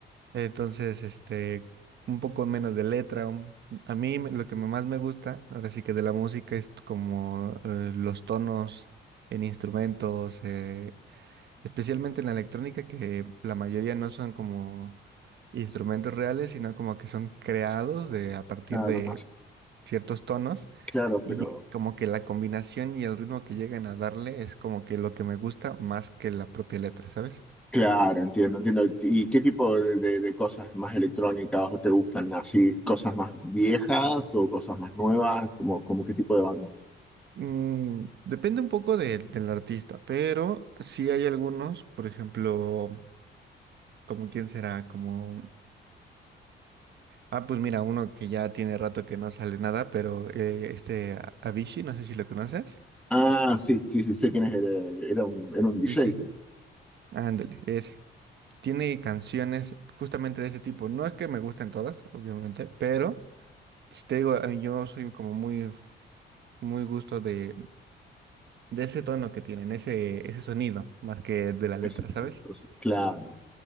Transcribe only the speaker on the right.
Entonces, este, un poco menos de letra. un- A mí me- lo que me- más me gusta, ahora sí que de la música, es como eh, los tonos en instrumentos, eh, especialmente en la electrónica, que la mayoría no son como instrumentos reales, sino como que son creados de, a partir
de ciertos tonos
y
como que la combinación y el ritmo que llegan a darle es como que lo que me gusta más que la propia letra, ¿sabes?
Mm, depende un poco de- del artista, pero sí hay algunos, por ejemplo, como quién será, como, ah, pues mira, uno que ya tiene rato que no sale nada, pero eh, este A- Avicii, no sé si lo conoces.
Sí, sí, sí. Ándale, ese. Tiene canciones justamente de ese tipo. No es que me gusten todas, obviamente, pero... Si te digo, a mí yo soy como muy, muy gusto de, de ese tono que tienen, ese, ese sonido, más que de la letra,
¿sabes?